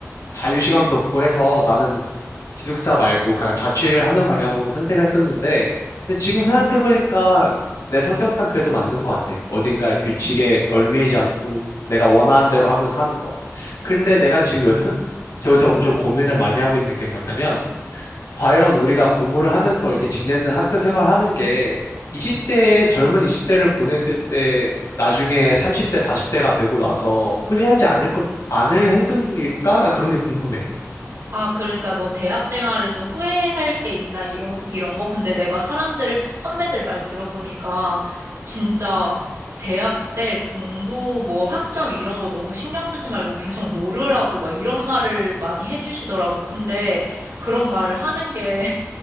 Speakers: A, on the left; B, on the right.
A: 자유 시간도 없고 해서 나는 기숙사 말고 그냥 자취를 하는 방향으로 생각했었는데 근데 지금 생각해 보니까 내 성격상 그래도 맞는 것 같아. 어딘가에 규칙에 얽매이지 않고 내가 원하는 대로 하면서 사는 거. 그런데 내가 지금 요새 요새 엄청 고민을 많이 하고 있는 게 뭐냐면 과연 우리가 공부를 하면서 이렇게 지내는 학교 생활하는 게 20대, 젊은 20대를 보냈을 때 나중에 30대, 40대가 되고 나서 후회하지 않을 것, 않을 행동일까? 그런 게 궁금해.
B: 아, 그러니까 넌 대학 생활에서 후회할 게 있나 이런 이런 거? 근데 내가 사람들 선배들 말 들어보니까 진짜 대학 때 공부 뭐 학점 이런 거 너무 신경 쓰지 말고 계속 놀으라고 막 이런 말을 많이 해주시더라고. 근데 그런 말 하는 게